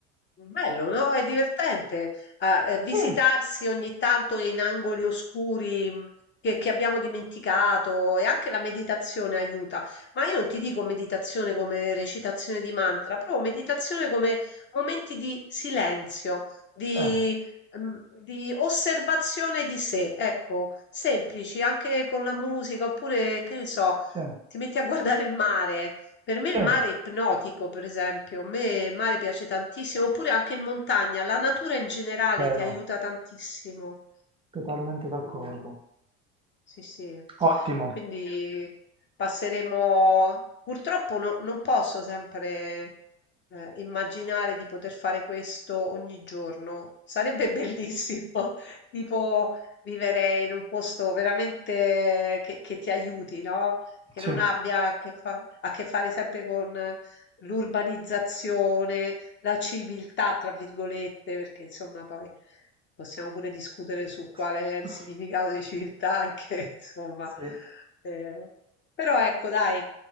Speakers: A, on the left; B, on the right.
A: bello, no? È divertente ah, eh, visitarsi
B: Sì,
A: ogni tanto in angoli oscuri mh, che, che abbiamo dimenticato e anche la meditazione aiuta. Ma io non ti dico meditazione come recitazione di mantra, proprio meditazione come momenti di silenzio, di,
B: sì,
A: mh, di osservazione di sé, ecco, semplici, anche con la musica, oppure che ne so
B: sì,
A: ti metti a guardare il mare. Per me il
B: sì,
A: mare è ipnotico, per esempio. A me il mare piace tantissimo, oppure anche in montagna. La natura in generale
B: vero,
A: ti aiuta tantissimo.
B: totalmente d'accordo.
A: Ah. Sì, sì. E
B: Ottimo,
A: quindi passeremo... Purtroppo no- non posso sempre eh, immaginare di poter fare questo ogni giorno. Sarebbe bellissimo, <laughs> tipo vivere in un posto veramente che, che ti aiuti, no? Che
B: sì,
A: non abbia a che, fa- a che fare sempre con eh, l'urbanizzazione, la civiltà, tra virgolette, perché insomma poi Possiamo pure discutere su quale
B: <laughs>
A: è il significato di civiltà <laughs> che insomma,
B: sì.
A: ehm, però ecco dai,